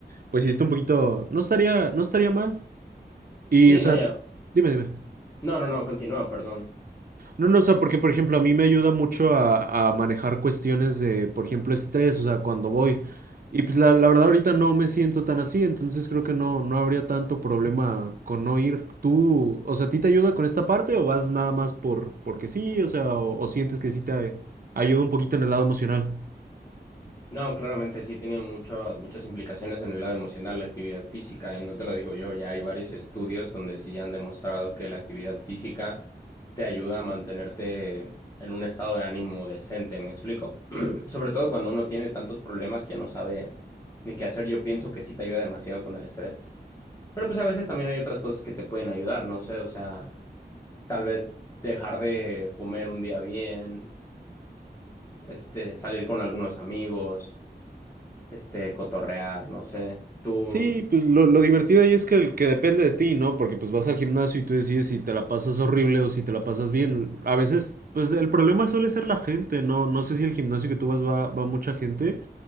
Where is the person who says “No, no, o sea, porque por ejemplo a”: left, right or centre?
Right